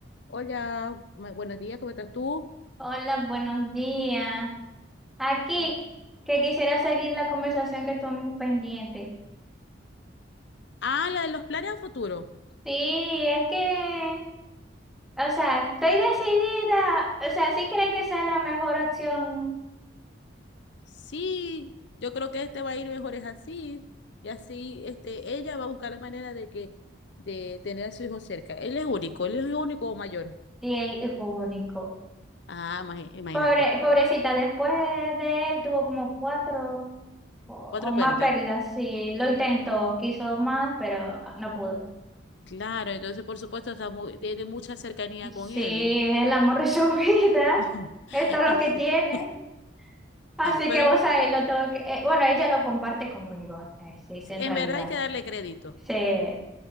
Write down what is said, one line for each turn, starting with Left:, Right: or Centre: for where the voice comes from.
Left: Hola, ma- buenos días, ¿cómo estás tú?
Centre: Hola, buenos días. Aquí,
Left: No.
Centre: que quisiera seguir la conversación que estamos pendiente.
Left: Ah, la de los planes a futuro.
Centre: Sí, es que, o sea, estoy decidida, o sea, sí creo que sea la mejor opción
Left: Sí, yo creo que este va a ir mejor es así. Y así, este, ella va a buscar la manera de que, de tener a su hijo cerca. Él es único, él es el único mayor.
Centre: de hijo único.
Left: Ah, ma- imagínate.
Centre: Pobre, pobrecita, después de, de él tuvo como cuatro o,
Left: Cuatro
Centre: o más
Left: pérdidas.
Centre: pérdidas. Sí, lo intentó, quiso más, pero no pudo.
Left: Claro, entonces por supuesto está mu- tiene mucha cercanía
Centre: Sí,
Left: con él.
Centre: es el amor de su <laughs> vida.
Left: <laughs>
Centre: Esto es lo que tiene. Así
Left: Pero
Centre: que vos
Left: en,
Centre: ahí lo tengo que... eh, bueno, ella lo comparte conmigo, eh, sí, sí,
Left: en
Centre: en realidad.
Left: verdad hay que darle crédito.
Centre: Sí,